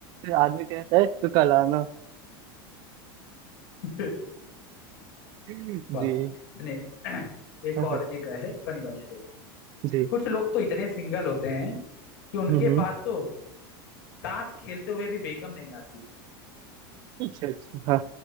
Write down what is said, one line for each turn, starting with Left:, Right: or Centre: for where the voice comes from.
Right: फिर आदमी कहता है तो कल आना
Left: <laughs>
Right: जी
Left: वाह सुनिए <clears throat> एक
Right: <laughs> हाँ,
Left: और एक है फनी वाली है तो
Right: जी
Left: कुछ लोग तो इतने सिंगल होते हैं कि उनके
Right: हम्म हम्म,
Left: पास तो ताश खेलते हुए भी बेगम नहीं आती
Right: अच्छा अच्छा <laughs> हाँ